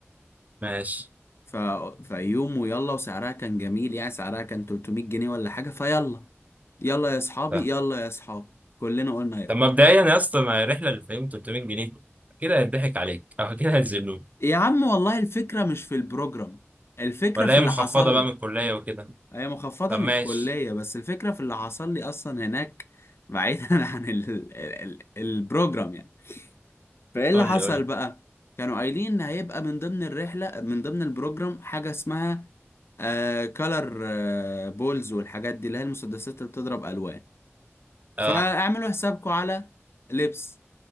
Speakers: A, on the right; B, on the left.
A: ماشي
B: ف... فيوم ويلا وسعرها كان جميل يعني سعرها كان 300 جنيه ولا حاجه فيلا يلا يا اصحابي
A: طب
B: يلا يا اصحابي كلنا قلنا يلا
A: طب مبدئيا يا اسطى مع الرحله اللي فيهم 300 جنيه كده هيضحك عليك <laughs> او كده هيذلوك
B: يا عم والله الفكرة مش في البروجرام الفكرة
A: ولا
B: في
A: هي
B: اللي
A: محفظه
B: حصل
A: بقى
B: لي
A: من الكليه وكده
B: هي مخفضة
A: طب
B: من
A: ماشي
B: الكلية بس الفكرة في اللي حصل لي أصلا هناك بعيدا <laughs> عن ال ال ال البروجرام يعني فإيه اللي
A: قول
B: حصل
A: لي قول لي
B: بقى؟ كانوا قايلين إن هيبقى من ضمن الرحلة من ضمن البروجرام حاجة اسمها آه كالر آه بولز والحاجات دي اللي هي المسدسات اللي بتضرب ألوان فاعملوا
A: اه
B: حسابكم على لبس